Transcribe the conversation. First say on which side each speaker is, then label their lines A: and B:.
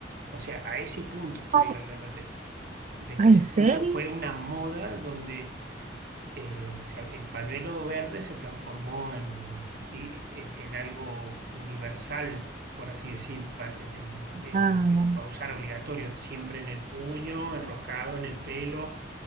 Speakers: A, on the right (about 55°); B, on the right (about 35°).
A: o sea, a ese punto estoy
B: ¿Cómo?
A: hablándote, de
B: ¿En
A: que se
B: serio?
A: puso, fue una moda donde eh, se- el pañuelo verde se transformó en, y- en, en algo universal. por así decir, para, de- de-
B: Ah,
A: para usar obligatorio, siempre en el puño, enroscado en el pelo,